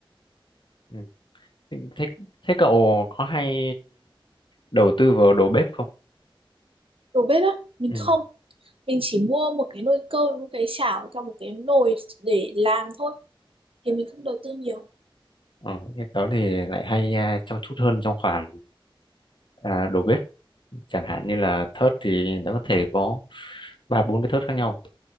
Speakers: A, on the left; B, on the right.
A: Ừ. Thế, thế cậu có hay đầu tư vào đồ bếp không?
B: đồ bếp á mình
A: Ừ.
B: không mình chỉ mua một cái nồi cơm một cái chảo với một cái nồi để làm thôi thì mình không đầu tư nhiều
A: Ờ, thế tớ thì lại hay à, chăm chút hơn trong khoản à, đồ bếp. Chẳng hạn như là thớt thì nó có thể có ba bốn cái thớt khác nhau.